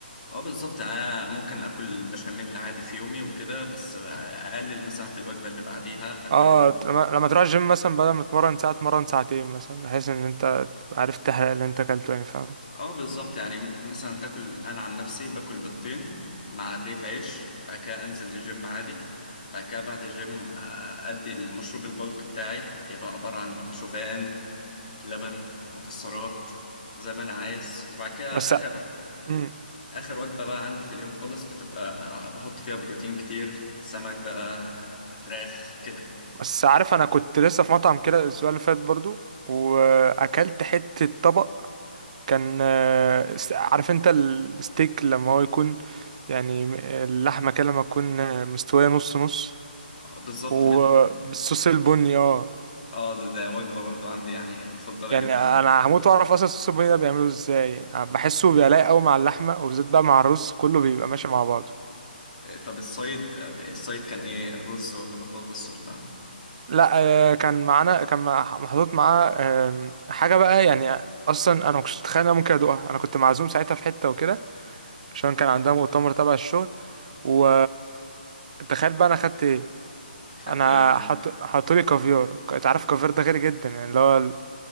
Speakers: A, on the left; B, on the right.
A: اه بالظبط آه، ممكن اكل بشاميل عادي في يومي وكده بس اقلل مثلا في الوجبة اللي بعديها اكل
B: اه لما لما تروح الجيم مثلا بدل ما تتمرن ساعه تمرن ساعتين مثلا بحيث ان انت تبقى عارف تحرق اللي انت اكلته يعني فاهم
A: اه بالظبط يعني م- مثلا تاكل انا عن نفسي باكل بيضتين مع رغيف عيش بعد كده انزل الجيم عادي بعد كده بعد الجيم آه، ادي المشروب البلك بتاعي بيبقى عبارة عن شوفان لبن مكسرات زي ما انا عايز وبعد كده
B: بس
A: اخر
B: مم.
A: اخر وجبة بقى عندي في اليوم خالص بتبقى بحط فيها بروتين كتير سمك بقى فراخ كده
B: بس عارف انا كنت لسه في مطعم كده الاسبوع اللي فات برضو واكلت حتة طبق كان آه، س- عارف انت الستيك لما هو يكون يعني م- اللحمة كده لما تكون آه، مستوية نص نص
A: آه، بالظبط
B: وبالصوص
A: مد...
B: البني اه
A: اه ده, ده وجبة برضو عندي يعني مفضلة
B: يعني
A: جدا
B: انا هموت واعرف اصلا الصوص البني ده بيعمله ازاي بحسه بيبقى لايق قوي مع اللحمة وبالذات بقى مع الرز كله بيبقى ماشي مع بعضه
A: طب الصيد الصيد كان ايه رز ولا بطاطس ولا
B: لا آه، كان معانا كان مع- محطوط معاه آم، حاجة بقى يعني أصلا أنا ما كنتش أتخيل إن أنا ممكن أدوقها أنا كنت معزوم ساعتها في حتة وكده عشان كان عندها مؤتمر تبع الشغل و تخيل بقى أنا خدت إيه
A: خدت
B: أنا
A: إيه؟
B: حط حطولي كافيار أنت عارف الكافيار ده غالي جدا يعني اللي هو ال...